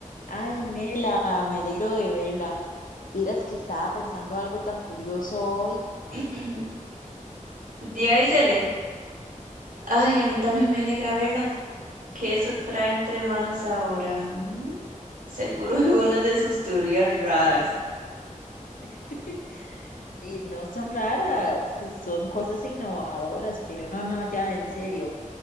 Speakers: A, on the left; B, on the right.
A: Ay, Mela, me alegro de verla. Vieras que estaba pensando algo tan curioso hoy.
B: <clears throat> Díazele. Ay, a mí también me alegra verla. ¿Qué eso trae entre manos ahora? Mm, Seguro <laughs> algunas de sus teorías raras.
A: <laughs> Y no son raras, son cosas innovadoras, pero no, no, ya en serio.